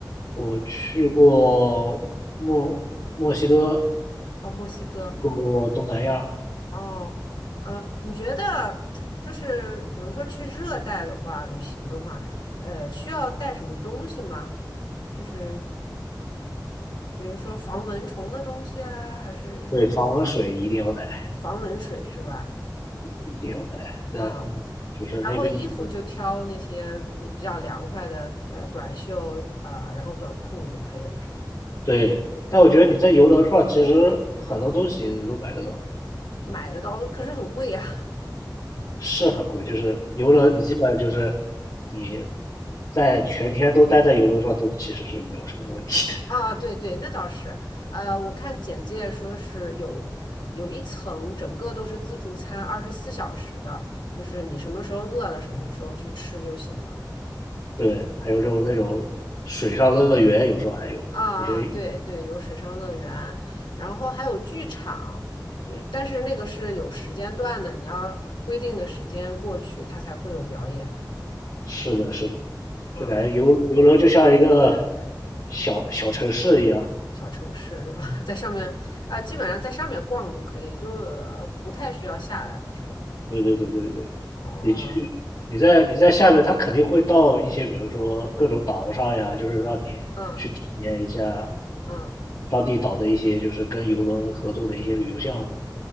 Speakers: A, on the left; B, on the left.
A: 我去过墨墨西哥，
B: 哦，墨西哥。
A: 去过东南亚，
B: 哦，呃，你觉得就是比如说去热带的话，旅行的话，呃，需要带什么东西吗？就是比如说防蚊虫的东西啊，还是
A: 对，防蚊水一定要带，
B: 防蚊水是吧？
A: 一定要带。但那就是那边，
B: 啊、然后衣服就挑那些嗯比较凉快的，
A: 嗯
B: 呃，短袖，呃，然后短裤就可以了，是吧？
A: 对，但我觉得你在游轮上其实很多东西都买得到。
B: 买的到可是很贵呀、
A: 是很贵，就是游轮，
B: 啊，
A: 你基本上就是你在全天都待在游轮上，都其实是没有什么问题的。<laughs>
B: 啊，对对，那倒是，呃，我看简介说是有有一层，整个都是自助餐，二十四小时的，就是你什么时候饿了，什么时候去吃就行了。
A: 对，还有这种那种水上乐园，有时候还有有些
B: 啊啊，对对，有水上乐园，然后还有剧场，就是但是那个是有时间段的，你要规定的时间过去，它才会有表演。
A: 是的，是的，
B: 啊，
A: 就感觉游游轮就像一个小小城市一样。
B: 小城市是吧？<laughs> 在上面啊，基本上在上面逛就可以，就呃不太需要下来了，是吧？
A: 对对对对对，
B: 哦，
A: 你去你在你在下面，它肯定会到一些，比如说各种岛上呀，就是让你去体验一下
B: 嗯嗯
A: 当地岛的一些，就是跟游轮合作的一些旅游项目。